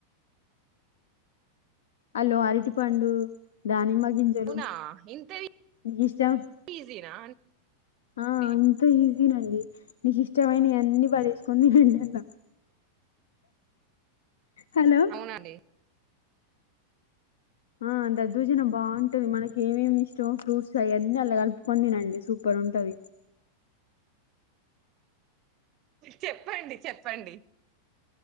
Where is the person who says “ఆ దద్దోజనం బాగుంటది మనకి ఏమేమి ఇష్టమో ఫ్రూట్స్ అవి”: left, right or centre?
Left